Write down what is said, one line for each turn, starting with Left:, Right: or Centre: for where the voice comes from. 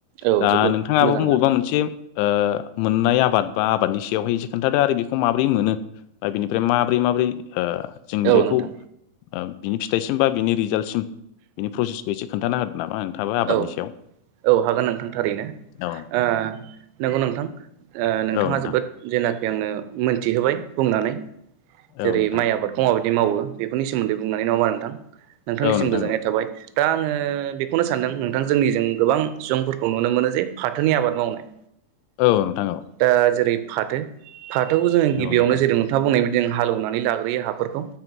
Right: औ
Left: दा
Right: जोबोद
Left: नोंथाङाबो
Right: मोजां
Left: बबेबा
Right: नोंथां
Left: मोनसे ओ मोननाय आबाद बा आबादनि सायावहाय एसे खोन्थादो आरो बेखौ माबोरै मोनो। दा बिनिफ्राय माबोरै माबोरै ओ जों
Right: औ
Left: बेखौ
Right: नोंथां
Left: ओ बिनि फिथाइसिम बा बिनि रिजाल्टसिम बिनि प्रसेस एसे खोनथाना होदो नामा नोंथाङाबो आबादनि
Right: औ
Left: सायाव?
Right: औ हागोन नोंथां थारैनो
Left: औ
Right: ओ नंगौ नोंथां नोंथाङा
Left: नोंथां
Right: जोबोद जेनाखि आंनो मोनथिहोबाय बुं नानै जेरै
Left: औ नोंथां
Right: माइ आबादखौ माबायदि मावो बेफोरनि सोमोन्दै बुंनानै नङा ओमबा नोंथां नोंथांनिसिम
Left: औ नोंथां
Right: गोजोननाय थाबाय दा आङो बेखौनो सा नोंथां जोंनिजों गोबां सुबुंफोरखौ नुनो मोनो जे फाथोनि आबाद मावनाय
Left: औ नोंथां औ
Right: दा जेरै फाथो फाथोखौ जोङो गिबियावनो
Left: नोंथां
Right: जेरै नोंथाङा बुंनायबादि जों हालेवनानै लाग्रोयो हाफोरखौ